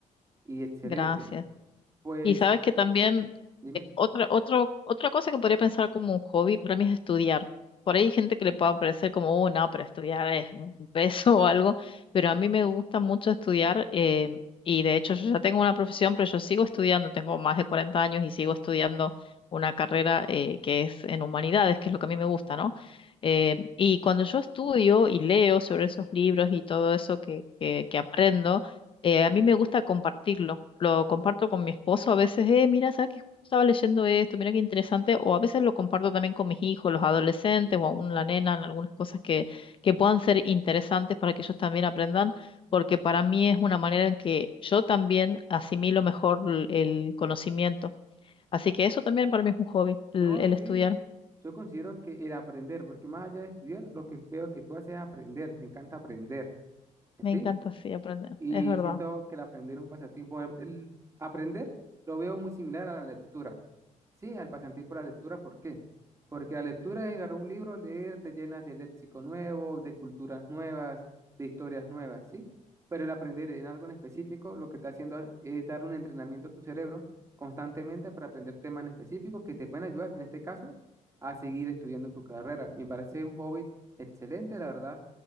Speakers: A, on the right (about 20°); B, on the left (about 40°).
A: y excelente.
B: Gracias.
A: Pues
B: Y sabes que también
A: dime.
B: eh, otra, otro, otra cosa que podría pensar como un hobby para mí es estudiar. Por ahí hay gente que le puede parecer como, oh, no, pero estudiar es un peso <laughs> o algo, pero a mí me gusta mucho estudiar eh, y de hecho yo ya tengo una profesión, pero yo sigo estudiando, tengo más de 40 años y sigo estudiando una carrera eh, que es en humanidades, que es lo que a mí me gusta, ¿no? Eh, y cuando yo estudio y leo sobre esos libros y todo eso que, que, que aprendo, eh, a mí me gusta compartirlo. Lo comparto con mi esposo a veces, eh, mira, ¿sabes que justo estaba leyendo esto? Mira qué interesante. O a veces lo comparto también con mis hijos, los adolescentes o aún la nena, en algunas cosas que, que puedan ser interesantes para que ellos también aprendan, porque para mí es una manera en que yo también asimilo mejor l- el conocimiento. Así que eso también para mí es un hobby, el,
A: No,
B: el
A: sí,
B: estudiar.
A: yo considero que el aprender, porque más allá de estudiar, lo que veo que tú haces es aprender, te encanta aprender,
B: Me
A: ¿sí?
B: encanta así aprender,
A: Y
B: es verdad.
A: siento que el aprender es un pasatiempo. El el aprender lo veo muy similar a la lectura. Sí, al pasatiempo de la lectura, ¿por qué? Porque la lectura es agarrar un libro, leer, te llenas de léxico nuevo, de culturas nuevas, de historias nuevas, ¿sí? Pero el aprender en algo en específico, lo que está haciendo a- es dar un entrenamiento a tu cerebro constantemente para aprender temas en específicos que te pueden ayudar, en este caso, a seguir estudiando tu carrera. Me parece un hobby excelente, la verdad.